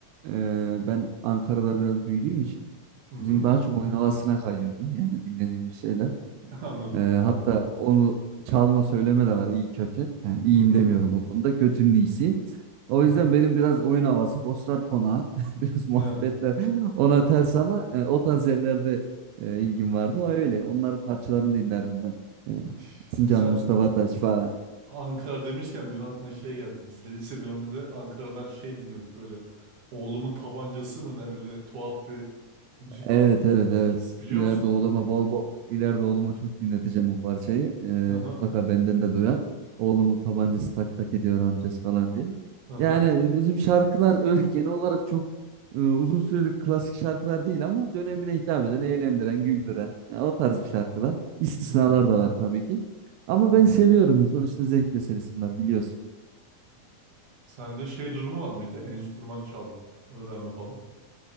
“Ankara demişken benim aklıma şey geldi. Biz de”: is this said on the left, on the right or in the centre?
Right